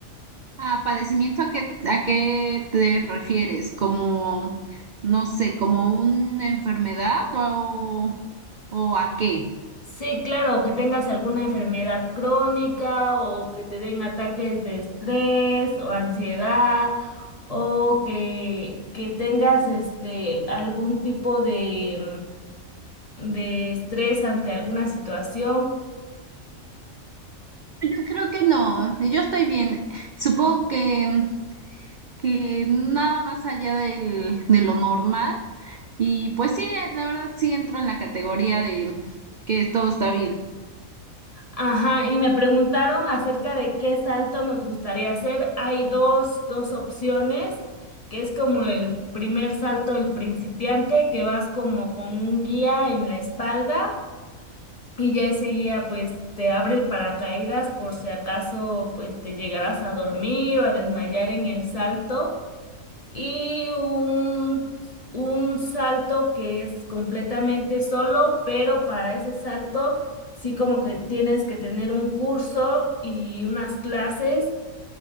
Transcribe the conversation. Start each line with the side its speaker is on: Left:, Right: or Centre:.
Right: Ah, padecimiento, ¿a qué, a qué te refieres? ¿Como, no sé, como una enfermedad o, o a qué?
Left: Sí, claro, que tengas alguna enfermedad crónica o que te den ataques de estrés o ansiedad o que, que tengas este algún tipo de, mm, de estrés ante alguna situación.
Right: Yo creo que no, yo estoy bien. Supongo que, que nada más allá del, de lo normal. Y pues sí, la verdad sí entro en la categoría de que todo está bien.
Left: Ajá, y me preguntaron acerca de qué salto nos gustaría hacer. Hay dos, dos opciones, que es como el primer salto del principiante, que vas como con un guía en la espalda y ya ese guía pues te abre el paracaídas por si acaso pues te llegarás a dormir o a desmayar en el salto y un, un salto que es completamente solo, pero para ese salto sí como que tienes que tener un curso y unas clases